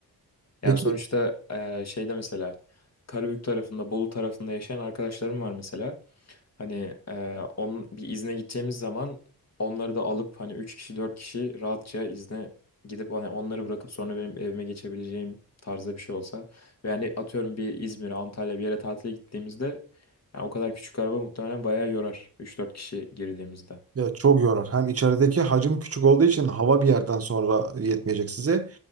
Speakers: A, on the right; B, on the left.
A: Peki
B: Yani sonuçta e, şeyde mesela Karabük tarafında, Bolu tarafında yaşayan arkadaşlarım var mesela. Hani e, onun bir izne gideceğimiz zaman onları da alıp hani 3 kişi 4 kişi rahatça izne gidip hani onları bırakıp sonra benim evime geçebileceğim tarzda bir şey olsa. Ve hani atıyorum bir İzmir'e, Antalya bir yere tatile gittiğimizde yani o kadar küçük araba muhtemelen bayağı yorar üç dört kişi girdiğimizde.
A: Ya çok yorar. Hem içerideki hacim küçük olduğu için hava bir yerden sonra yetmeyecek size.